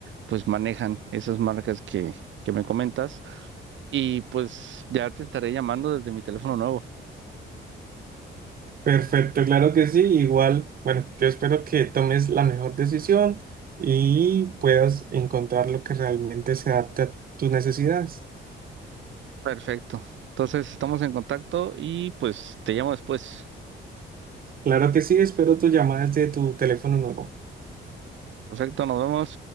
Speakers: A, on the right; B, on the right.
A: pues manejan esas marcas que, que me comentas y pues ya te estaré llamando desde mi teléfono nuevo.
B: Perfecto, claro que sí. Igual, bueno, yo espero que tomes la mejor decisión y puedas encontrar lo que realmente se adapte a tus necesidades.
A: Perfecto. Entonces estamos en contacto y pues te llamo después.
B: Claro que sí, espero tus llamadas de tu teléfono nuevo.
A: Perfecto, nos vemos.